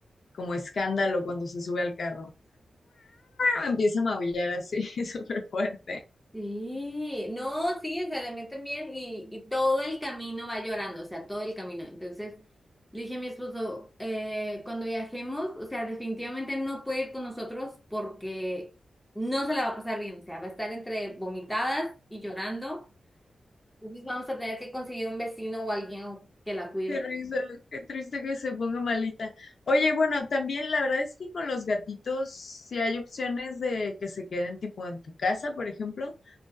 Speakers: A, on the left; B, in the centre.
A: como escándalo cuando se sube al carro. ¡Ah! Empieza a maullar así, <laughs> súper fuerte.
B: Sí, no, sí, se le meten bien y, y todo el camino va llorando, o sea, todo el camino. Entonces, le dije a mi esposo, eh, cuando viajemos, o sea, definitivamente no puede ir con nosotros porque no se la va a pasar bien, o sea, va a estar entre vomitadas y llorando. Entonces vamos a tener que conseguir un vecino o alguien que la cuide.
A: Qué risa, qué triste que se ponga malita. Oye, bueno, también la verdad es que con los gatitos, si hay opciones de que se queden tipo en tu casa, por ejemplo,